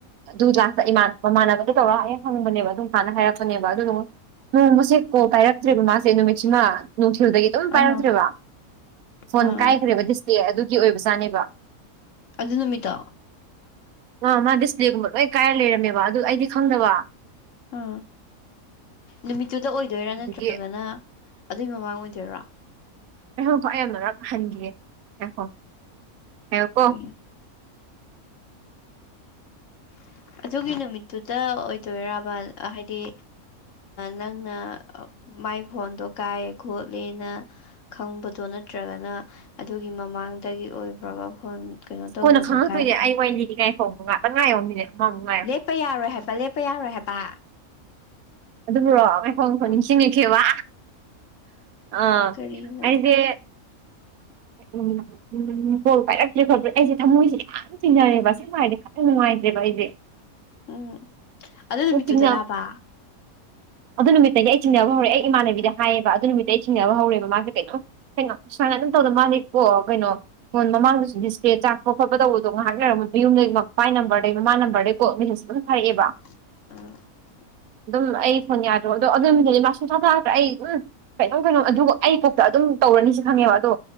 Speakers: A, on the right (about 75°); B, on the left (about 60°).
A: ꯑꯗꯨ ꯂꯥꯁ ꯃꯃꯥꯟꯅꯕꯗ ꯇꯧꯔꯛꯑꯦ ꯐꯪꯕꯅꯦꯕ ꯑꯗꯨꯝ ꯀꯥꯟꯅ ꯍꯥꯏꯔꯛꯄꯅꯦꯕ ꯑꯗꯨꯗꯨ ꯅꯣꯡꯃꯁꯦ ꯀꯣ ꯀꯥꯏꯔꯛꯇ꯭ꯔꯦꯕ ꯃꯥꯁꯦ ꯅꯨꯃꯤꯠꯁꯤꯃ ꯊꯤꯜꯗꯒꯤ ꯑꯗꯨꯝ ꯄꯥꯏꯔꯛꯇ꯭ꯔꯦꯕ
B: ꯑꯥ
A: ꯐꯣꯟ
B: ꯑꯥ
A: ꯀꯥꯏꯈ꯭ꯔꯦꯕ ꯗꯤꯁꯄ꯭ꯂꯦ ꯑꯗꯨꯒꯤ ꯑꯣꯏꯕꯖꯥꯅꯦꯕ
B: ꯑꯗꯨ ꯅꯨꯃꯤꯠꯇ
A: ꯑ ꯃꯥ ꯗꯤꯁꯄ꯭ꯂꯦꯒꯨꯝꯕ ꯂꯣꯏ ꯀꯥꯏꯔ ꯂꯩꯔꯝꯃꯦꯕ ꯑꯗꯨ ꯑꯩꯗꯤ ꯈꯪꯗꯕ
B: ꯑꯥ ꯅꯨꯃꯤꯠꯇꯨꯗ ꯑꯣꯏꯗꯣꯏꯔꯥ
A: ꯑꯗꯨꯒꯤ
B: ꯅꯠꯇ꯭ꯔꯒꯅ ꯑꯗꯨꯏ ꯃꯃꯥꯡ ꯑꯣꯏꯗꯣꯏꯔꯣ
A: ꯑꯩꯍꯣꯀ ꯌꯥꯝꯅꯔꯞ ꯍꯟꯈꯤꯌꯦ ꯑꯩꯍꯣ ꯍꯡ ꯀꯣ
B: ꯀꯩꯅꯣ <unintelligible> ꯑꯗꯨꯒꯤ ꯅꯨꯃꯤꯠꯇꯨꯗ ꯑꯣꯏꯗꯣꯏꯕ ꯍꯥꯏꯗꯤ ꯅꯪꯅ ꯃꯥꯏ ꯐꯣꯟꯗꯣ ꯀꯥꯏꯑꯦ ꯈꯣꯠꯂꯦꯅ ꯈꯪꯕꯗꯣ ꯅꯠꯇ꯭ꯔꯒꯅ ꯑꯗꯨꯒꯤ ꯃꯃꯥꯡ ꯒꯤ ꯑꯣꯏꯕ꯭ꯔꯒ ꯐꯣꯟ ꯀꯩꯅꯣ ꯇꯧꯕꯗꯣ
A: ꯀꯣꯟꯅ ꯈꯪꯉꯛꯇꯣꯏꯅꯦ
B: ꯀꯥꯏꯕꯗꯣ
A: ꯑꯩ ꯋꯥꯔꯤ ꯂꯤꯔꯤ ꯉꯥꯏꯈꯣ ꯉꯥꯛꯇꯪ ꯉꯥꯏꯌꯣ ꯃꯤꯅꯤꯠ ꯑꯃꯃꯨꯛ ꯉꯥꯏꯌꯣ
B: ꯂꯦꯞꯄ ꯌꯥꯔꯣꯏ ꯍꯥꯏꯕ ꯂꯦꯞꯄ ꯌꯥꯔꯣꯏ ꯍꯥꯏꯕ
A: ꯑꯗꯨꯕꯨꯔꯣ ꯑꯩꯈꯣꯡ ꯐꯣꯟ
B: ꯑ
A: ꯅꯤꯡꯁꯤꯡꯉꯈꯤꯕꯕ ꯑꯥ
B: ꯀꯔꯤꯅꯣ
A: ꯑꯩꯁꯦ ꯎ ꯎꯝ ꯀꯣꯜ ꯄꯥꯏꯔꯛꯇ꯭ꯔꯦ ꯈꯣꯠꯄ꯭ꯔꯦ ꯑꯩꯁꯦ ꯊꯃꯣꯏꯁꯦ ꯌꯥꯝ ꯆꯤꯡꯅꯔꯦꯕ ꯁꯤ ꯁꯨꯃꯥꯏꯅ ꯅꯨꯡꯉꯥꯏꯗꯦꯕꯏꯗꯦ
B: ꯎꯝ ꯑꯗꯨ ꯅꯨꯃꯤꯠꯇꯨꯗꯔꯥꯕ
A: ꯆꯤꯡꯅ ꯑꯗꯨ ꯅꯨꯃꯤꯠꯇꯗꯤ ꯑꯩ ꯆꯤꯡꯅꯕ ꯍꯧꯔꯑꯦ ꯑꯩ ꯏꯃꯥꯟꯅꯕꯤꯗ ꯍꯥꯏꯌꯦꯕ ꯑꯗꯨ ꯅꯨꯃꯤꯠꯇ ꯑꯩ ꯆꯤꯡꯅꯕ ꯍꯧꯔꯛꯦꯕ ꯃꯥꯁꯦ ꯀꯩꯅꯣꯝ ꯀꯩꯅꯣ ꯁꯨꯃꯥꯏꯅ ꯑꯗꯨꯝ ꯇꯧꯗ ꯃꯥꯜꯂꯤꯀꯣ ꯀꯩꯅꯣ ꯐꯣꯟ ꯃꯃꯥꯡꯗꯁꯨ ꯗꯤꯁꯄ꯭ꯂꯦ ꯆꯥꯛꯄ ꯈꯣꯠꯄ ꯇꯧꯕꯗꯣ ꯉꯥꯏꯍꯥꯛ ꯂꯩꯔꯝꯝꯕꯁꯨ ꯌꯨꯝ ꯄꯥꯏ ꯅꯝꯕꯔꯗꯩ ꯃꯃꯥ ꯅꯝꯕꯔꯗꯩꯀꯣ ꯃꯦꯁꯦꯁꯦ ꯑꯗꯨꯝ ꯍꯥꯏꯔꯛꯑꯦꯕ
B: ꯑ
A: ꯑꯗꯨꯝ ꯑꯩ ꯐꯣꯟ ꯌꯥꯗ꯭ꯔꯣ ꯑꯗꯣ ꯑꯗꯨꯝꯗꯤ ꯃꯥꯁꯨ ꯊꯥꯊꯥꯛꯇ꯭ꯔꯥ ꯑꯩ ꯑꯗꯨꯝ ꯀꯩꯅꯣꯝ ꯀꯩꯅꯣꯝ ꯑꯗꯨ ꯑꯩ ꯀꯣꯛꯇ ꯑꯗꯨꯝ ꯇꯧꯔꯅꯤꯁꯨ ꯈꯪꯉꯦꯕ ꯑꯗꯣ